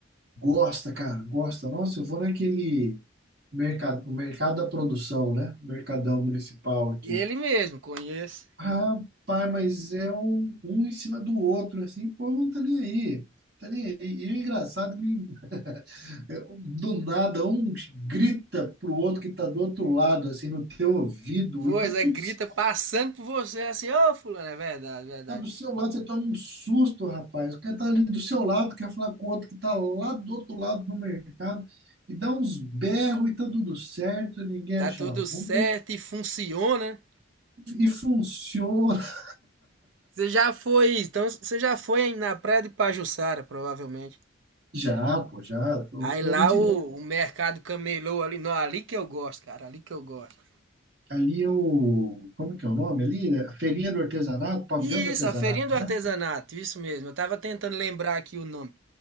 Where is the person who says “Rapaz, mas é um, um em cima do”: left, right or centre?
Right